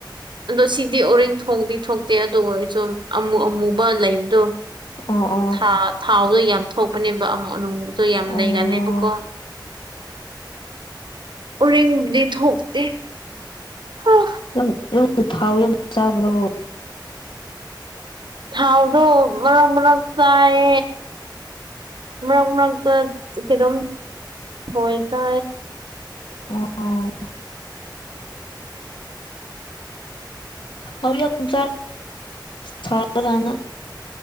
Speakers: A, on the right; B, on the left.
A: <inaudible> ꯑꯗꯣ ꯁꯤꯗꯤ ꯑꯣꯔꯤꯡ ꯊꯣꯡꯗꯤ ꯊꯣꯛꯇꯦ ꯑꯗꯨ ꯑꯣꯏꯔꯁꯨ ꯑꯃꯨ ꯑꯃꯨꯕ ꯂꯩꯕꯗꯣ
B: ꯑꯣ ꯑꯣ
A: ꯊ ꯊꯥꯎꯗꯣ ꯌꯥꯝ ꯊꯣꯛꯄꯅꯦꯕ ꯑꯃ ꯑꯅꯨꯡꯗꯣ ꯌꯥꯝ
B: ꯑꯣ
A: ꯂꯩꯒꯂꯕꯀꯣ ꯎꯔꯔꯤꯗꯤ ꯊꯇ ꯍ
B: ꯅꯪ ꯊꯥꯎ ꯆꯥꯕ꯭ꯔꯣ
A: ꯊꯥꯎꯗꯣ ꯃꯔꯔꯛ ꯃꯔꯔꯛ ꯆꯥꯥꯏ ꯃꯔꯛ ꯃꯔꯔꯛ ꯀꯩꯅꯣꯝ ꯍꯣꯏ ꯀ
B: ꯑꯣ ꯥꯎ ꯌꯥꯝ ꯑꯗꯨ ꯆꯥꯔ ꯁꯥꯔ ꯀꯥꯟꯗ